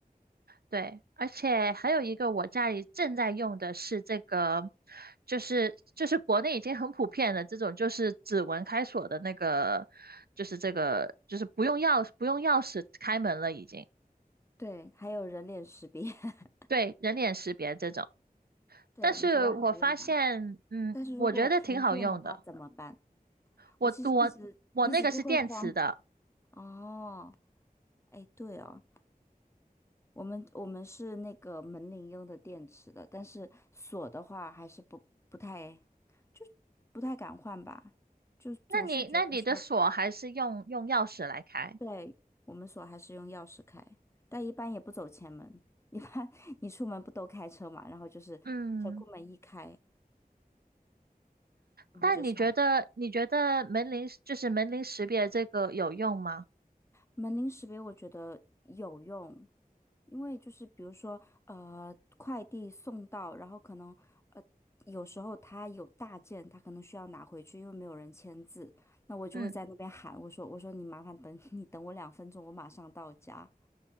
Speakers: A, on the right (about 85°); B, on the left (about 15°).
A: 对，而且还有一个我家里正在用的是这个，就是就是国内已经很普遍的这种，就是指纹开锁的那个，就是这个就是不用钥不用钥匙开门了已经，
B: 对，还有人脸识别，<laughs>
A: 对，人脸识别这种。
B: 对，
A: 但是我发现，
B: 你觉得好用吗？
A: 嗯，
B: 但是如果停电的话怎么办？
A: 我觉得挺好用的。我我我那个是电磁的，
B: 我其实一直一直就会慌。哦，哎，对哦。我们我们是那个门铃用的电池的，但是锁的话还是不不太，就不太敢换吧，就总是觉得说，
A: 那你那你的锁还是用用钥匙来开？
B: 对，我们锁还是用钥匙开，但一般也不走前门，一般 <laughs> 你出门不都开车嘛，然后就是车库门一开，
A: 嗯，
B: 然后就上了
A: 但你觉得你觉得门铃就是门铃识别这个有用吗？
B: 门铃识别我觉得有用，因为就是比如说，呃，快递送到，然后可能，呃，有时候他有大件，他可能需要拿回去，因为没有人签字，那我就会在那边喊，
A: 嗯，
B: 我说，我说你麻烦等，<laughs> 你等我两分钟，我马上到家。